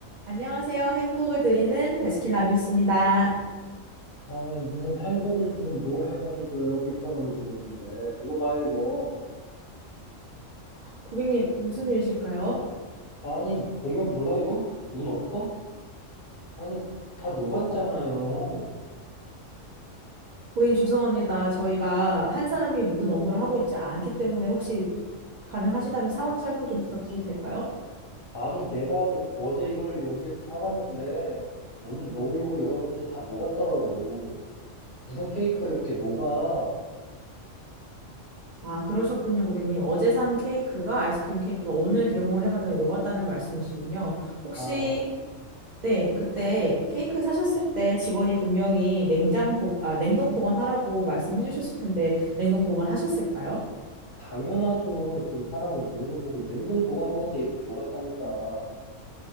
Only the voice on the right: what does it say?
안녕하세요. 행복을 드리는 베스킨라빈스입니다.
고객님, 무슨 일이실까요?
어, 고객님 죄송합니다. 저희가 한 사람이 모든 업무를 하고 있지 않기 때문에 혹시 가능하시다면 상황 설명 좀 부탁드려도 될까요?
아, 그러셨군요, 고객님. 어제 산 케이크가 아이스크림 케이크가 오늘 개봉을 해봤더니 녹았다는 말씀이시군요. 혹시
네, 그때 케이크 사셨을 때 직원이 분명히 냉장 보, 아, 냉동 보관하라고 말씀해 주셨을 텐데 냉동 보관하셨을까요?